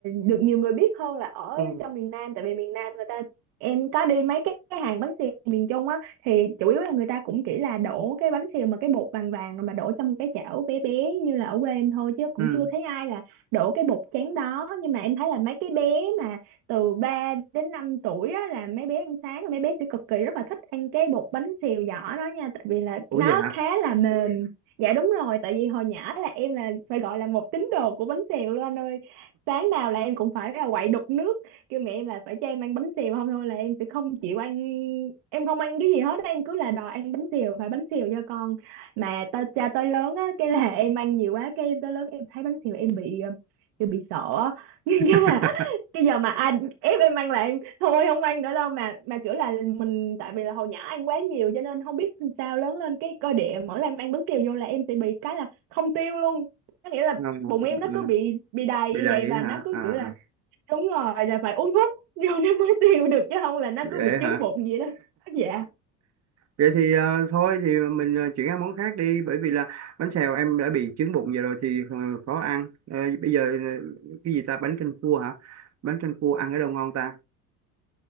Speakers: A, on the right; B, on the right.
A: được nhiều người biết hơn là ở
B: ừ.
A: trong miền Nam tại vì miền Nam người ta em có đi mấy cái, cái hàng bánh xèo miền Trung á thì chủ yếu là người ta cũng chỉ là đổ cái bánh xèo mà cái bột vàng vàng mà đổ trong cái chảo bé bé như là ở quê em thôi chứ cũng
B: ừ
A: chưa thấy ai là đổ cái bột trắng đó nhưng mà em thấy là mấy cái bé mà từ 3 đến 5 tuổi á là mấy bé ăn sáng mấy bé sẽ cực kỳ rất là thích ăn cái bột bánh xèo giỏ đó nha tại vì là
B: ủa
A: nó
B: vậy hả
A: khá là mềm Dạ đúng rồi, tại vì hồi nhỏ là em là phải gọi là một tín đồ của bánh xèo luôn anh ơi. Sáng nào là em cũng phải là quậy đục nước, kêu mẹ em là phải cho em ăn bánh xèo không thôi là em sẽ không chịu ăn, em không ăn cái gì hết, á, em cứ là đòi ăn bánh xèo, phải bánh xèo cho con. Mà tới cha tới lớn á, cái là em ăn nhiều quá, cái em tới lớn em thấy bánh xèo em bị ờ, kiểu bị sợ á. <laughs>
B: <laughs>
A: cái giờ mà anh ép em ăn là em thôi không ăn nữa đâu mà mà kiểu là mình tại vì là hồi nhỏ ăn quá nhiều cho nên không biết sao lớn lên cái cơ địa mỗi lần ăn bánh kẹo vô là em sẽ bị cái là không tiêu luôn có nghĩa là
B: Ờ,
A: bụng
B: ừ,
A: em nó
B: ừ.
A: cứ bị bị đầy
B: bị
A: như
B: đầy
A: vậy và
B: hả
A: nó cứ
B: à,
A: kiểu là
B: à.
A: đúng rồi là phải uống thuốc <laughs> vô nó mới tiêu được chứ không là nó
B: vậy
A: cứ bị
B: hả
A: chướng bụng vậy đó <laughs> dạ
B: vậy thì ờ, thôi thì mình ờ, chuyển sang món khác đi bởi vì là bánh xèo em đã bị chứng bụng vậy rồi thì ờ, khó ăn Ờ, bây giờ ờ, cái gì ta bánh canh cua hả bánh canh cua ăn ở đâu ngon ta